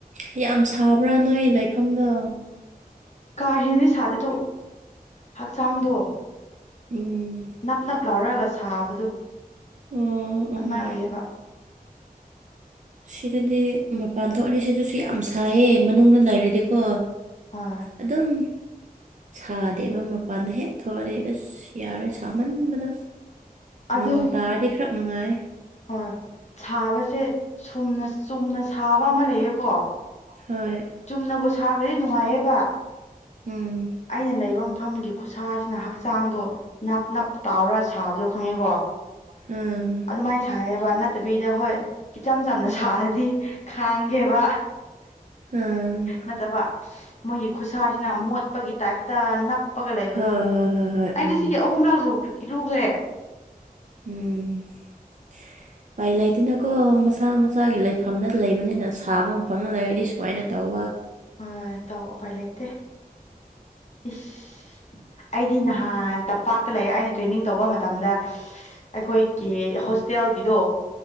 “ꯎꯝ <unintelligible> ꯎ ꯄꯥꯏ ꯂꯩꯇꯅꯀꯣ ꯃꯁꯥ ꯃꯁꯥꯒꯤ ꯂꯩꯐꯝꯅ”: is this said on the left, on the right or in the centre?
Right